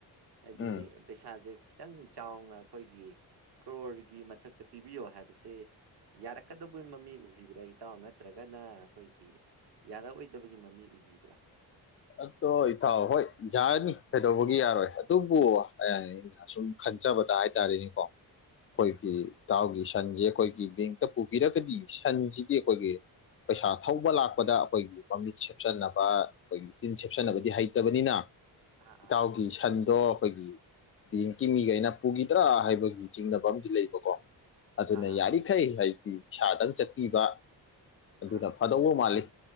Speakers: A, on the right (about 55°); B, on the left (about 30°).
A: ꯍꯥꯏꯗꯤ
B: ꯎꯝ
A: ꯄꯩꯁꯥꯖꯦ ꯈꯤꯇꯪ ꯆꯥꯎꯅ ꯑꯩꯈꯣꯏꯒꯤ ꯀ꯭ꯔꯣꯔꯒꯤ ꯃꯊꯛꯇ ꯄꯤꯕꯤꯌꯣ ꯍꯥꯏꯕꯁꯦ ꯌꯥꯔꯛꯀꯗꯕꯩ ꯃꯃꯤ ꯎꯕꯤꯕ꯭ꯔꯥ ꯏꯇꯥꯎ ꯅꯠꯇ꯭ꯔꯒꯅ ꯑꯩꯈꯣꯏꯒꯤ ꯌꯥꯔꯛꯑꯣꯏꯗꯕꯒꯤ ꯃꯃꯤ ꯎꯕꯤꯕ꯭ꯔꯥ
B: ꯑꯗꯣ ꯏꯇꯥꯎ ꯍꯣꯏ ꯌꯥꯔꯅꯤ ꯀꯩꯗꯧꯕꯒꯤ ꯌꯥꯔꯣꯏ ꯑꯗꯨꯕꯨ ꯑꯩꯅ ꯁꯨꯝ ꯈꯟꯖꯕꯗ ꯍꯥꯏꯇꯥꯔꯦꯅꯦꯀꯣ ꯑꯩꯈꯣꯏꯒꯤ ꯏꯇꯥꯎꯒꯤ ꯁꯟꯁꯦ ꯑꯩꯈꯣꯏꯒꯤ ꯕꯦꯡꯛꯇ ꯄꯨꯕꯤꯔꯒꯗꯤ ꯁꯟꯁꯤꯗꯤ ꯑꯩꯈꯣꯏꯒꯤ ꯄꯩꯁꯥ ꯊꯧꯕ ꯂꯥꯛꯄꯗ ꯑꯩꯈꯣꯏꯒꯤ ꯃꯃꯤꯠ ꯁꯦꯞꯆꯟꯅꯕ ꯑꯩꯈꯣꯏꯒꯤ ꯃꯤꯠ ꯁꯦꯞꯆꯟꯅꯕꯗꯤ ꯍꯩꯇꯕꯅꯤꯅ
A: ꯑꯥ
B: ꯏꯇꯥꯎꯒꯤ ꯁꯟꯗꯣ ꯑꯩꯈꯣꯏꯒꯤ ꯕꯦꯡꯀꯤ ꯃꯤꯒꯩꯅ ꯄꯨꯈꯤꯗ꯭ꯔꯥ ꯍꯥꯏꯕꯒꯤ ꯆꯤꯡꯅꯕ ꯑꯃꯗꯤ ꯂꯩꯕꯀꯣ ꯑꯗꯨꯅ
A: ꯑꯥ ꯑꯥ
B: ꯌꯥꯔꯤꯈꯩ ꯍꯥꯏꯗꯤ ꯏꯁꯥꯗꯪ ꯆꯠꯄꯤꯕ ꯑꯗꯨꯗ
A: ꯑꯥ ꯑꯥ ꯑꯥ
B: ꯐꯗꯧꯕ ꯃꯥꯜꯂꯤ